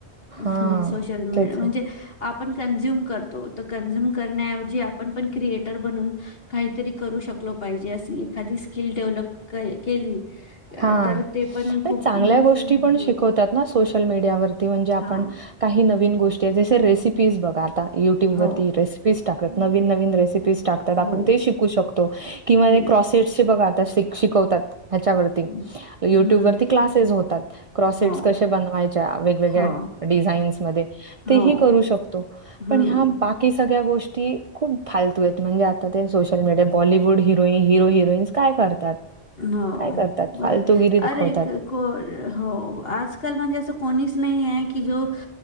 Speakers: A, on the left; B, on the right.
A: <inaudible>
B: हां,
A: सोशल मीडिया
B: तेच
A: म्हणजे
B: ना.
A: आपण कंझ्युम करतो तर कंझ्युम करण्याऐवजी आपण पण क्रिएटर बनून काहीतरी करू शकलो पाहिजे असली एखादी स्किल डेव्हलप केली-
B: हां,
A: तर ते पण खूप
B: नाही चांगल्या
A: अं,
B: गोष्टी पण
A: हं,
B: शिकवतात ना सोशल मीडियावरती म्हणजे आपण
A: हां.
B: काही नवीन गोष्टीय जस रेसिपीज बघा आता युट्यूब
A: हो,
B: वरती रेसिपीज टाकत नवीन -नवीन रेसिपीज टाकतात आपण
A: हो.
B: ते शिकू शकतो किवा
A: हं,
B: क्रॉसेट चे बघा आता शिक - शिकवतात. ह्याच्यावरती
A: हं,
B: युट्यूब
A: हं.
B: वरती क्लासेस होतात क्रॉसेट्स
A: हो,
B: कशे बनवायच्या वेगवेगळ्या
A: हो,
B: डिझाईन्स मध्ये तेही
A: हो.
B: करू शकतो
A: हं,
B: पण ह्या बाकी सगळ्या गोष्टी खूप फालतूयेत म्हणजे आता ते सोशल मीडिया बॉलिवूड हिरोईन हिरो
A: हं.
B: -हिरोईनस काय करतात.
A: हो
B: काय करतात
A: बर
B: फालतूगिरी दाखवतात.
A: अरे -को -हो आजकाल म्हणजे असं कोणीच नाही. नाहीये की जो